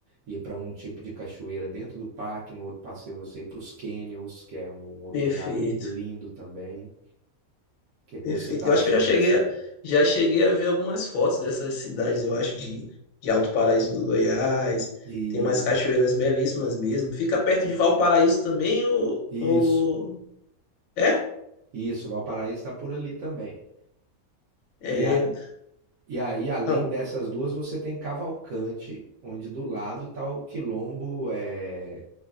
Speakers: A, on the right; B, on the left.
A: Ir para um tipo de cachoeira dentro do parque, no outro passeio você ir para os canyons, que é um outro
B: perfeito,
A: lugar lindo também. O que é que
B: perfeito.
A: você está
B: Eu
A: achando
B: acho que eu já cheguei,
A: dessa aí?
B: a- já cheguei a ver algumas fotos dessas cidades, eu acho, de, de Alto Paraíso do Goiás.
A: E
B: Tem umas cachoeiras belíssimas mesmo. Fica perto de Valparaíso também, ou,
A: isso,
B: ou... É?
A: isso, Valparaíso está por ali também.
B: É,
A: E, a, e aí, além
B: não.
A: dessas duas, você tem Cavalcante, onde do lado está o Quilombo, é,